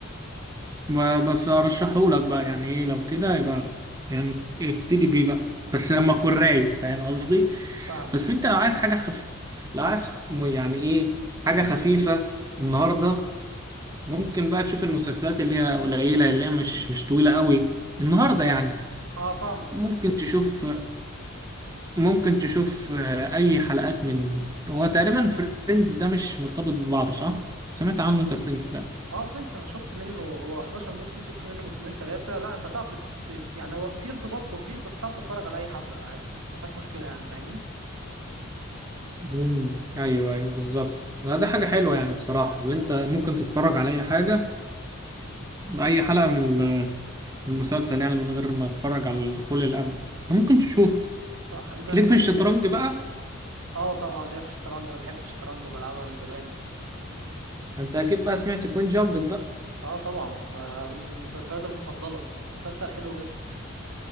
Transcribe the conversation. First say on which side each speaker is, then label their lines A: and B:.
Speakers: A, on the right (about 15°); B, on the right (about 85°).
A: ما- بس ارشحهولك بقى يعني ايه لو كده يبقى يعني ابتدي بيه بقى بس لما تكون رايق فاهم قصدي
B: فاهمك
A: بس انت لو عايز حاجة خفيفة لو عايز ح- يعني ايه حاجة خفيفة النهاردة ممكن بقى تشوف المسلسلات اللي هي قليلة اللي هي مش مش طويلة قوي النهاردة يعني
B: اه فاهمك
A: ممكن تشوف ممكن تشوف آه، اي حلقات من هو تقريبا فريندز ده مش مرتبط ببعضه صح سمعت عنه انت فريندز ده
B: اه فريندز انا شفت منه هو 11 موسم شفت منه موسمين ثلاثة لا انت تعرف تت- تت- يعني هو في ارتباط بسيط بس تعرف تتفرج على اي حلقة عادي ما فيهاش مشكلة يعني فاهمني
A: مم. ايوه ايوه بالظبط لا، ده حاجه حلوه يعني بصراحه اللي انت ممكن تتفرج على اي حاجه اي حلقه من ال- المسلسل يعني من غير ما تتفرج على كل اللي قبله ممكن
B: امم
A: تشوفه
B: صح انت سمعت
A: ليك في الشطرنج بقى
B: اه طبعا ليا في الشطرنج انا بحب الشطرنج وبلعبها من زمان
A: انت اكيد بقى سمعت كوين جامبت بقى
B: اه طبعا آه من مسلسلاتي المفضله مسلسل حلو جدا